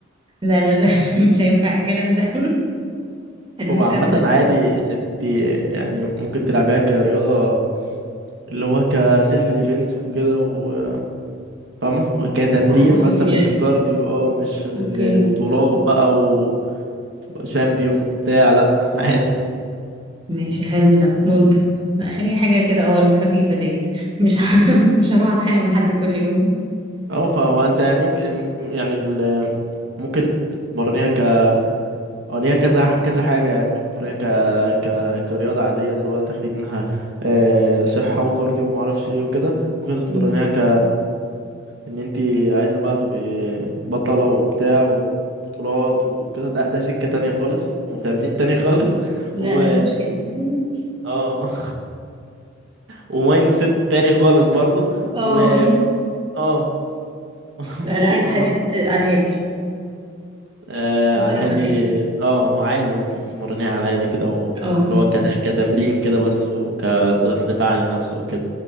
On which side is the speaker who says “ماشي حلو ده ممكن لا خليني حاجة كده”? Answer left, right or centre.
Right